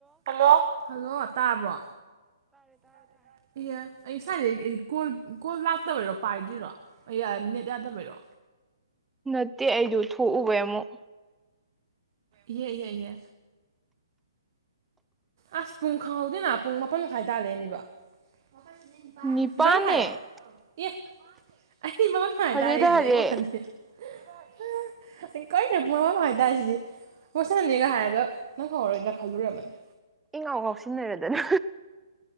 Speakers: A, on the right (about 45°); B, in the centre.
A: hello hello ꯇꯥꯕ꯭ꯔꯣ ꯇꯥꯔꯦ ꯇꯥꯔꯦ ꯏꯌꯦ ꯑꯩ ꯁꯥꯏꯗꯩ ꯑꯩ ꯀꯣꯜ ꯀꯣꯜ ꯂꯥꯛꯇꯕꯩꯔꯣ ꯄꯥꯏꯗ꯭ꯔꯤꯔꯣ ꯑꯩ ꯑ ꯅꯦꯠ ꯌꯥꯗꯕꯩꯔꯣ
B: ꯅꯠꯇꯦ ꯑꯩꯗꯨ ꯊꯣꯛꯎꯕꯩ ꯑꯃꯨꯛ
A: ꯏꯍꯦ ꯏꯍꯦ ꯏꯍꯦ ꯑꯁ ꯄꯨꯡ ꯈꯪꯍꯧꯗꯦꯅ ꯄꯨꯡ ꯃꯥꯄꯟ ꯃꯈꯥꯏ ꯇꯥꯔ ꯂꯩꯔꯝꯃꯤꯕ ꯅꯤꯄꯥꯟ
B: ꯅꯤꯄꯥꯟꯅꯦ
A: ꯅꯤꯄꯥꯟ ꯃꯈꯥꯏꯔꯣ ꯑꯦ ꯑꯩꯗꯤ ꯃꯄꯟ ꯃꯈꯥꯏ
B: ꯍꯔꯦꯗ
A: ꯇꯥꯔꯦꯁꯤꯅꯦ
B: ꯍꯔꯦ
A: ꯑꯩ ꯋꯥꯈꯟꯁꯦ <unintelligible> ꯑꯩ ꯀꯩꯅꯣ ꯄꯨꯡ ꯃꯄꯜꯃꯈꯥꯏ ꯇꯥꯔꯦ ꯁꯤꯅꯤ ꯋꯥꯏ ꯁꯅꯥꯅꯤ ꯒꯥ ꯍꯥꯏꯔꯒꯥ ꯅꯪꯍꯧꯔꯔꯣꯏꯗ꯭ꯔꯥ ꯈꯜꯂꯨꯔꯕꯅꯤ
B: ꯏꯪꯉꯥꯎ ꯉꯥꯎꯁꯤꯟꯅꯔꯗꯅ